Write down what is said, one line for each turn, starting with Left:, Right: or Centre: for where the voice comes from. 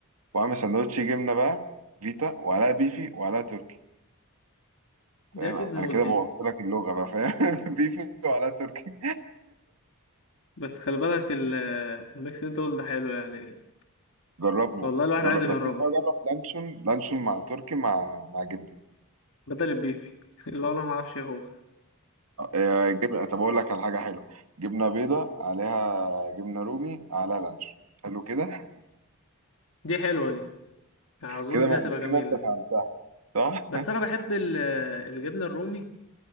Right: وعامل سندوتش جبنة بقى فيتا وعليها بيفي وعليها تركي فاهم
Left: دي اكيد
Right: أنا
Left: موت
Right: كده
Left: دي
Right: بوظت لك اللغة بقى فاهم <laughs> بيفي وعليها تركي
Left: بس خلي بالك ال- آه، الميكس اللي انت قلت ده حلو يعني
Right: جربه
Left: والله الواحد
Right: جرب
Left: عايز يجربه
Right: بس أنت بقى جرب لانشون لانشون مع تركي مع مع جبنة
Left: بدل البيفي <laughs> اللي هو انا ما اعرفش ايه هو
Right: آه، جبنة طب أقول لك على حاجة حلوة جبنة بيضة عليها جبنة رومي على لانش حلو كده
Left: دي حلوه دي يعني اظن
Right: كده مع...
Left: دي هتبقى جميله
Right: كده أنت فهمتها صح؟
Left: بس انا بحب ال- الجبنه الرومي